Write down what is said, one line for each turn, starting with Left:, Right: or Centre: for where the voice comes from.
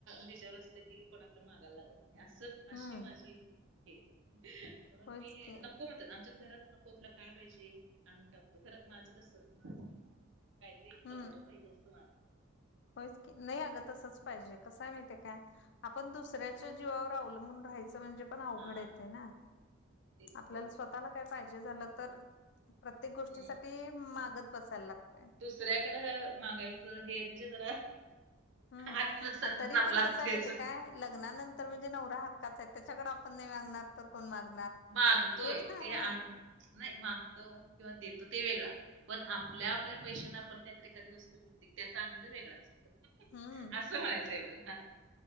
Right: हिच्या्यावर असल कि कोणाकडे महागायला लागत असं अशी
Left: हम्म
Right: माझी हे म्हणून
Left: होयच
Right: मी
Left: की
Right: न, को म्हणतात आमच्यात घरात नको तुला काय पाहिजे आणून टाकतो खर माझं कसं माझ मला. काही तरी
Left: हम्म
Right: कमवलं पाहिजे, अस वाट
Left: होयच की, नाही अगं तसच पाहिजे, कस माहिती काय, आपण दुसऱ्या जीवावर अवलंबून म्हणजे पण अवघड
Right: हा
Left: आहे ते ना,
Right: तेच
Left: आपल्याला
Right: तर
Left: स्वतः आपल्याला काय पाहिजे झालं, तर प्रत्येक गोष्टी
Right: हम्म
Left: साठी मागत बसायला लागत.
Right: दुसऱ्याकडं मागायचं, हे म्हणजे जरा
Left: हम्म
Right: आत्मसन्मान
Left: तरी
Right: आपला
Left: पण कस हाय
Right: तेच
Left: माहिती हाय काय लग्नानंतर
Right: हम्म.
Left: म्हणजे नवरा हक्काच आहे, त्याच्याकडे आपण नाही मागणार तर कोण मागणार?
Right: मागतोय
Left: हे पण
Right: ते आण,
Left: आहे
Right: नाही मागतो किंवा देतो ते वेगळा पण आपल्या- आपल्या पैशांना आपण काहीतरी एखादी वस्तू घेते, त्याचा आनंद वेगळा असतो.
Left: हम्म
Right: असं म्हणायचंय मला,